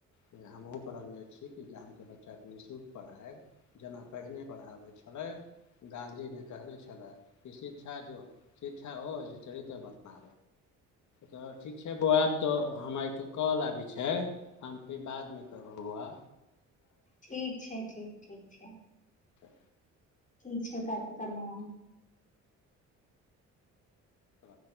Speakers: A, on the left; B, on the left.
A: जे हमहुूँ पढ़ल ले छी कि गाम के बच्चा के निःशुल्क पढ़ायब जेना पहिने पढ़ाबे छल गाँधी ने कहने छले शिक्षा जो शिक्षा ओ जे चरित्र बनना
B: ह
A: तऽ ठीक छै बौआ आब तो हमारठ कॉल आबी छै हम फिर बाद मे करब बुआ
B: ठीक छै ठीक ठीक छै
A: च
B: ठीक छै क कऽ प्रणाम
A: ह